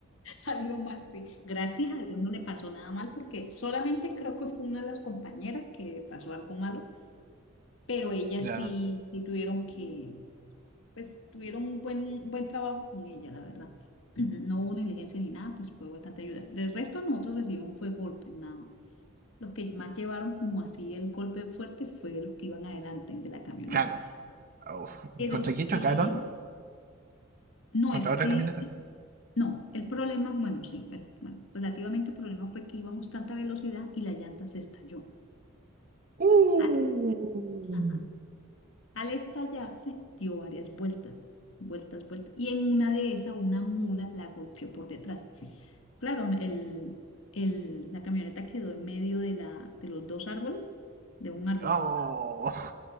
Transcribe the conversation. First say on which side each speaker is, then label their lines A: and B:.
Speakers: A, on the left (about 65°); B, on the right (about 40°).
A: salió mal, sí. Gracias a Dios no le pasó nada mal porque solamente creo que fue una de las compañeras que pasó algo malo, pero ellas
B: Ya,
A: sí, sí tuvieron que, pues tuvieron un buen, un buen trabajo con ella, la verdad. <clears throat> No hubo negligencia ni nada, pues fue bastante ayuda. Del resto nosotros recibimos fue golpes nada más. Los que más llevaron como así el golpe fuerte fue los que iban adelante de la camioneta.
B: caro. Uf,
A: Pero
B: ¿Y contra
A: sí,
B: quién chocaron?
A: no
B: Contra
A: es
B: otra
A: que,
B: camioneta.
A: no, el problema, bueno, sí, eh, bueno, relativamente el problema fue que íbamos tanta velocidad y la llanta se estalló.
B: ¡Uh!
A: Al, ajá, al estallarse dio varias vueltas, vueltas, vueltas. Y en una de esas una mula la golpeó por detrás. Claro, el, el- la camioneta quedó en medio de, la, de los dos árboles, de un árbol.
B: ¡Oh!